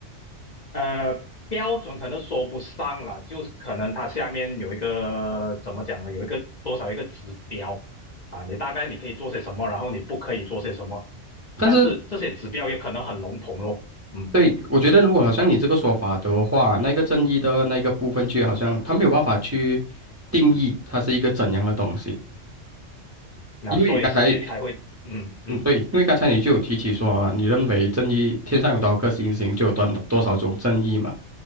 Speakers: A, on the left; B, on the right.
A: 呃，标准可能说不上了，就是可能它下面有一个怎么讲呢？有一个多少一个指标啊，你大概你可以做些什么，然后你不可以做些什么，
B: 但是
A: 但是这些指标也可能很笼统咯，嗯，
B: 对，我觉得如果好像你这个说法的话，那个正义的那个部分就好像他没有办法去定义它是一个怎样的东西，
A: 那所以世界才会，
B: 因为刚才
A: 嗯嗯
B: 嗯，对，因为刚才你就有提起说啊，你认为正义天上有多少颗星星，就有多多少种正义嘛，